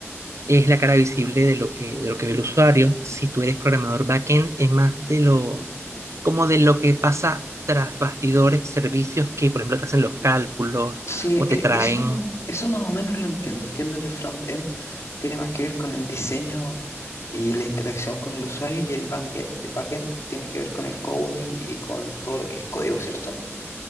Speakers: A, on the right; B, on the left.
A: es la cara visible de lo que, de lo que ve el usuario. Si tú eres programador backend, es más de lo, como de lo que pasa tras bastidores, servicios que, por ejemplo, te hacen los cálculos
B: sí,
A: o
B: e-
A: te traen
B: eso, eso más o menos lo entiendo. Entiendo que front-end tiene más que ver con el diseño y la interacción con el usuario y el banque- el back-end tiene que ver con el coding y con todo lo que es código, ¿cierto?